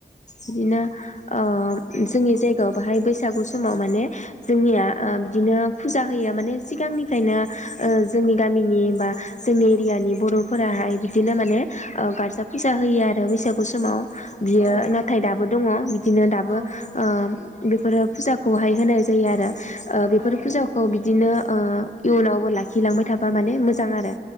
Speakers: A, on the left (about 40°); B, on the right (about 30°).
A: बिदिनो ओ जोंनि जायगायाव बाहाय बैसागु समाव माने जोंनिया ओ बिदिनो फुजा होयो माने सिगांनिफ्रायनो ओ जोंनि गामिनि बा जोंनि एरियानि बर'फोराहाय बिदिनोमाने ओ गारजा फुजा होयो आरो बैसा गुसमाव। बियो
B: औ
A: नाथाय दाबो दङ बिदिनो दाबो
B: औ
A: ओम बि फोरो फुजाखौहाय होनाय जायो आरो। ओ बेफोर
B: औ
A: फुजाखौ बि दिनो ओ इयुनावबो लाखिलांबाय थाबा माने मोजां आरो।